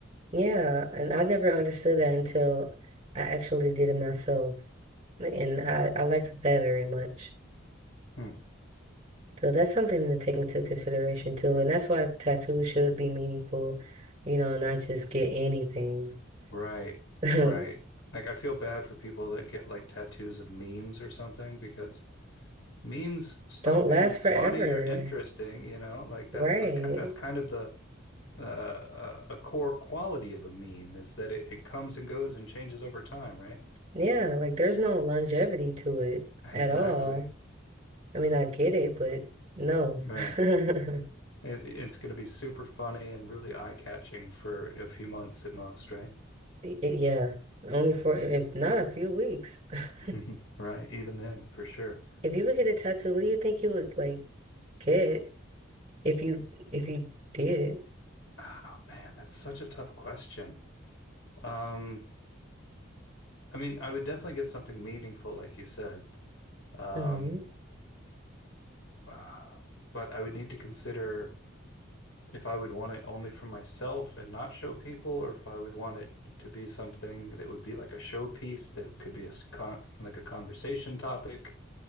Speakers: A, on the right (about 30°); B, on the left (about 80°).
A: Yeah, and I never understood that until I actually did it myself. And I, I liked that very much.
B: Hmm.
A: So that's something to take into consideration too. And that's why tattoos should be meaningful, you know, not just get anything.
B: Right,
A: <laughs> Don't
B: right. Like I feel bad for people that get like tattoos of memes or something because memes stop
A: last
B: being funny
A: forever.
B: or interesting, you know? Like that's
A: Right.
B: the ki- that's kind of the uh, uh, a core quality of a meme is that it, it comes and goes and changes over time, right?
A: Yeah, like there's no longevity to it
B: <laughs>
A: at
B: Exactly.
A: all. I mean, I get it, but no.
B: Right.
A: <laughs>
B: It's, it's going to be super funny and really eye-catching for a few months at most, right?
A: Y- Yeah, only for if not a few weeks. <laughs>
B: <laughs> Right, even then, for sure.
A: If you would get a tattoo, what do you think you would like? good if you if you did.
B: Oh man, that's such a tough question. Um. I mean, I would definitely get something meaningful, like you said. Um,
A: hmm
B: uh, but I would need to consider if I would want it only for myself and not show people, or if I would want it to be something that would be like a showpiece that could be a con like a conversation topic.